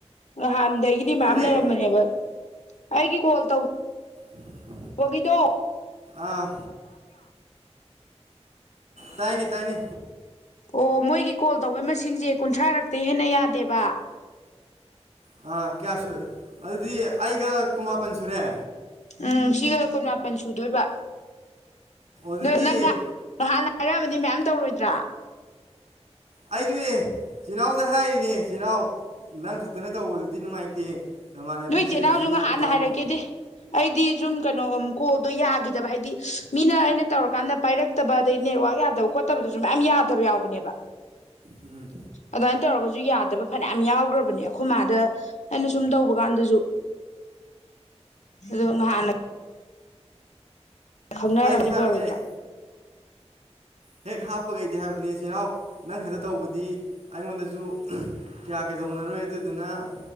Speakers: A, on the left; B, on the right.
A: ꯅꯍꯥꯟꯗꯒꯤꯗꯤ ꯃꯌꯥꯝ
B: ꯀꯔꯤ
A: ꯂꯩꯔꯝꯕꯅꯦꯕ ꯑꯩꯒꯤ ꯀꯣ ꯇꯧꯕ
B: ꯎꯝ
A: ꯍꯒꯗꯨ
B: ꯑꯥ ꯇꯥꯏꯅꯦ ꯇꯥꯏꯅꯦ
A: ꯑꯣ ꯃꯣꯏꯒꯤ ꯀꯣꯜ ꯇꯧꯕꯩ ꯃꯁꯤꯡꯁꯦ ꯀꯨꯟꯊ꯭ꯔꯥꯔꯛꯇꯤ ꯍꯦꯟꯅ ꯌꯥꯗꯦꯕ
B: ꯑꯥ ꯀꯌꯥ ꯁ ꯑꯗꯨꯗꯤ ꯑꯩꯒ ꯀꯨꯃꯥꯄꯟ ꯁꯨꯔꯦ
A: ꯎꯝ ꯁꯤꯒ ꯀꯨꯟ ꯃꯥꯄꯟ ꯁꯨꯗꯣꯏꯕ
B: ꯑꯗꯨꯗꯤ
A: ꯑ ꯅꯪ ꯍꯥꯟꯅ ꯍꯥꯏꯔꯛꯑꯕꯗꯤ ꯃꯌꯥꯝ ꯇꯧꯔꯣꯏꯗ꯭ꯔꯥ
B: ꯑꯩꯗꯨ ꯆꯤꯜꯅꯥꯎꯗ ꯍꯥꯏꯔꯤꯅꯦ ꯆꯤꯜꯅꯥꯎ ꯅꯪ ꯈꯛꯇꯅ ꯇꯧꯕꯗꯨꯗꯤ ꯅꯨꯡꯉꯥꯏꯇꯦ ꯅꯃꯥꯟꯅꯕꯤꯈꯩꯗꯨꯁꯨ
A: ꯅꯣꯏ ꯆꯦ ꯅꯥꯎꯁꯨ ꯍꯥꯟꯅ
B: ꯇꯧꯔꯣ
A: ꯍꯥꯏꯔꯛꯀꯦꯗꯤ ꯑꯩꯗꯤ ꯁꯨꯝ ꯀꯩꯅꯣ ꯀꯣꯜꯗꯣ ꯌꯥꯈꯤꯗꯕ ꯍꯥꯏꯗꯤ ꯃꯤꯅ ꯑꯩꯅ ꯇꯧꯔꯀꯥꯟꯗ ꯄꯥꯏꯔꯛꯇꯕ ꯑꯗꯩ ꯅꯦꯠꯋꯥꯥꯛ ꯌꯥꯗꯕ ꯈꯣꯠ ꯈꯣꯠꯇꯕꯗꯨꯁꯨ ꯃꯌꯥꯝ ꯌꯥꯗꯕ ꯌꯥꯎꯕꯅꯦꯕ
B: ꯎꯝ
A: ꯑꯗꯨꯃꯥꯏꯅ ꯇꯧꯔꯒꯁꯨ ꯌꯥꯗꯕ ꯐꯅꯌꯥꯝ ꯌꯥꯎꯈ꯭ꯔꯕꯅꯦ ꯑꯩꯈꯣꯏ ꯃꯥꯗ ꯑꯩꯅ ꯁꯨꯝ ꯇꯧ ꯍ ꯀꯥꯟꯗꯁꯨ ꯑꯗꯨ ꯍꯅ ꯈꯪꯅꯔꯝꯗꯤ
B: ꯑꯩꯗꯤ ꯍꯥꯏꯕꯅꯦ
A: ꯕꯔꯣꯏꯗ꯭ꯔꯥ
B: ꯑꯩ ꯍꯦꯛ ꯍꯥꯞꯄ ꯀꯩꯗꯤ ꯍꯥꯏꯕꯅꯤ ꯆꯦꯅꯥꯎ ꯅꯪ ꯈꯛꯇ ꯇꯧꯕꯗꯤ ꯑꯩꯉꯣꯟꯗꯁꯨ ꯀꯌꯥ ꯀꯌꯥꯗꯧꯅꯔꯣꯏ ꯑꯗꯨꯗꯨꯅ